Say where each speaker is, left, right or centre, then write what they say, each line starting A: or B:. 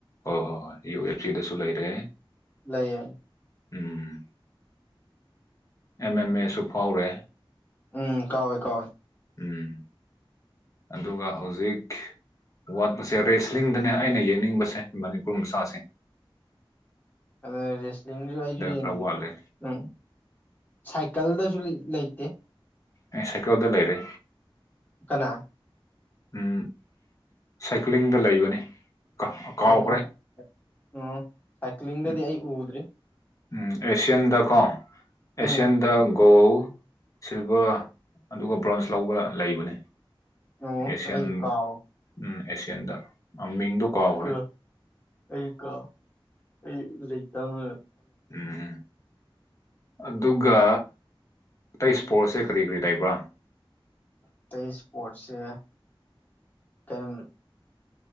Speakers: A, on the left (about 35°); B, on the left (about 20°).
A: ꯍꯣꯏ ꯍꯣꯏ ꯍꯣꯏ ꯌꯨ ꯑꯦꯜꯆꯖꯤꯗꯁꯨ ꯂꯩꯔꯦ
B: ꯂꯩꯌꯦ
A: ꯎꯝ ꯑꯦꯝ ꯑꯦꯝ ꯑꯦꯁꯨ ꯐꯥꯎꯔꯦ
B: ꯎꯝ ꯀꯦ ꯀꯋꯦ
A: ꯎꯝ ꯑꯗꯨꯒ ꯍꯧꯖꯤꯛ ꯋꯥꯠꯄꯁꯦ ꯔꯦꯁꯂꯤꯡꯗꯅꯦ ꯑꯩꯅ ꯌꯦꯡꯅꯤꯡꯕꯁꯦ ꯃꯅꯤꯄꯨꯔ ꯃꯆꯥꯁꯤꯡ
B: ꯑ ꯔꯦꯁꯂꯤ ꯂꯏ
A: ꯈꯔ ꯋꯥꯠꯂꯦ
B: ꯎꯝ ꯁꯥꯏꯀꯜꯗꯁꯨ ꯂꯩꯇꯦ
A: ꯑꯦ ꯁꯥꯏꯀꯜꯗ ꯂꯩꯔꯦ
B: <inaudible>
A: ꯎ ꯁꯥꯏꯀ꯭ꯂꯤꯡꯗ ꯂꯩꯕꯅꯤ ꯀ ꯀꯥꯎꯈ꯭ꯔꯦ
B: ꯎꯝ ꯎꯝ ꯁꯥꯏꯀ꯭ꯂꯤꯡꯗꯗꯤ
A: ꯎꯝ
B: ꯑꯩ ꯎꯗ꯭ꯔꯤ
A: ꯎꯝ ꯑꯦꯁꯤꯌꯥꯟꯗꯀꯣ ꯑꯦꯁꯤꯌꯥꯟꯗ
B: ꯎꯝ
A: ꯒꯣꯜ ꯁꯤꯜꯚꯔ ꯑꯗꯨꯒ ꯕ꯭ꯔꯣꯟꯖ ꯂꯧꯕ ꯂꯩꯕꯅꯦ
B: ꯎꯝ
A: ꯑꯦꯁꯤꯌꯥꯟ
B: ꯑꯩꯀꯑꯣ
A: ꯎꯝ ꯑꯦꯁꯤꯌꯥꯟꯗ ꯃꯤꯡꯗꯣ ꯀꯥꯎꯈ꯭ꯔꯦ
B: ꯀ ꯑꯩ ꯀ ꯑꯩꯖꯤꯩꯇꯪ
A: ꯎꯝ ꯑꯗꯨꯒ ꯑꯇꯩ ꯏꯁ꯭ꯄꯣꯔꯠꯁꯦ ꯀꯔꯤ ꯀꯔꯤ ꯇꯕ꯭ꯔꯥ
B: ꯑꯇꯩ ꯏꯁꯄꯣꯔꯠꯁꯦ ꯀꯩꯅꯣꯝ